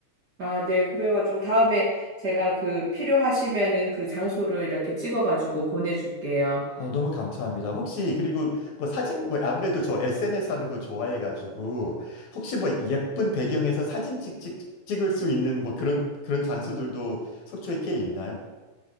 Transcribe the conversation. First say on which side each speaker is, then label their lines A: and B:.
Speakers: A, on the right (about 35°); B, on the left (about 65°).
A: 아, 네. 그래가지고 다음에 제가 그 필요하시면은 그 장소를 이렇게 찍어가지고 보내줄게요.
B: 어, 너무 감사합니다. 혹시, 그리고 뭐 사진, 뭐 아무래도 저 SNS 하는 거 좋아해가지고, 혹시 뭐 예쁜 배경에서 사진 찍, 찍, 찍을 수 있는 뭐 그런, 그런 장소들도 속초에 꽤 있나요?